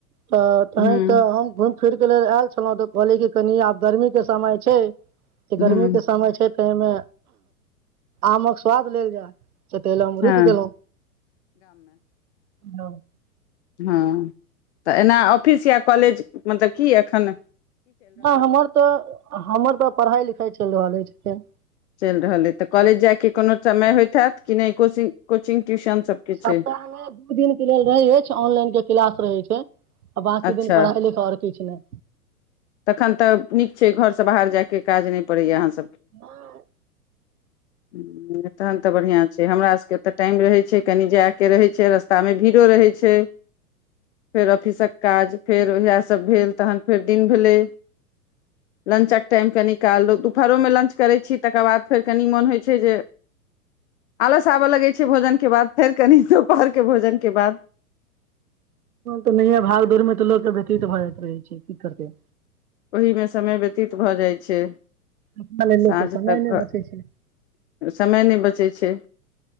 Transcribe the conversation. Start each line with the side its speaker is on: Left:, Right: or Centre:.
Right: त तहेन
Left: हूँ
Right: त हम घुएम फिर के लेल आएल छलौ, तऽ कहलिये की कनी आब गर्मी के समय छै। ते
Left: हूँ
Right: गर्मी के समय छै। तै मे आमक स्वाद लेल जाय। से ते ले हम
Left: हँ
Right: रुक गेलौ। हाँ।
Left: हाँ तऽ एना ऑफिस या कॉलेज मतलब की अखन
Right: ना हमर ते, हमर ते पढ़ाई-लिखाई चैल रहल एछ।
Left: चैल रहलै तऽ कॉलेज जाय के कोनो समय होएत हाएत। कि नै कोचिंग, कोचिंग, ट्यूशन सबके
Right: सप्ताह
Left: छै
Right: मे दू दिन के लेल रहै एछ, ऑनलाइन के क्लास रहै छै। आ बाकी
Left: अच्छा,
Right: दिन पढ़ाइ लिखाइ आओर किछु नहि
Left: तखन त नीक छै घर से बाहर जाय के काज नै पड़ै या अहाँ
Right: नहि।
Left: हू। तहन तऽ बढ़ियां छै हमरा सबके एते टाइम रहै छै कनि जाय के रहै छै रास्तामे भीड़ो रहै छै फेर ऑफिसक काज फेर इहाए सब भेल, तहन फेर दिन भेले, लंचक टाइम कनि काल लोग फरो मे लंच करै छी तकर बाद फेर कनि मन होय छै जे आलस आबा लगै छै भोजन के बाद, फेर कनि दुपहर के भोजन के बाद
Right: तऽ नहिए भाग दौड़मे तऽ लोकके व्यतीत भऽ जाइत रहै छै की करतै।
Left: ओहीमे समय व्यतीत भऽ जाइत छै।
Right: अपना लेल
Left: साँझ
Right: लोकके
Left: तक
Right: समय नहि
Left: घ
Right: बचै छै
Left: समय नहि बचे छै।